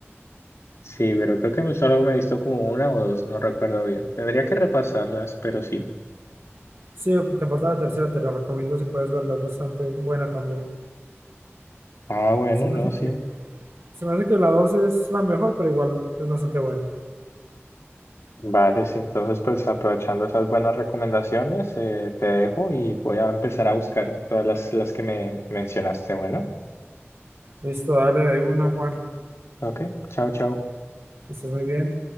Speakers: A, on the left; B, on the right.
A: Sí, pero creo que solo me he visto como una o dos, no recuerdo bien. Tendría que repasarlas, pero sí.
B: Sí, ok, te falta la tercera, te la recomiendo si puedes verla, es bastante buena también.
A: Ah, bueno,
B: Se me
A: no,
B: hace
A: sí.
B: que, se me hace que la dos es la mejor, pero igual es bastante buena.
A: Vale, sí, entonces pues aprovechando esas buenas recomendaciones, eh, te dejo y voy a empezar a buscar todas las, las que me mencionaste. Bueno,
B: Listo, dale de una, Juan.
A: ok, chao, chao.
B: Estás muy bien.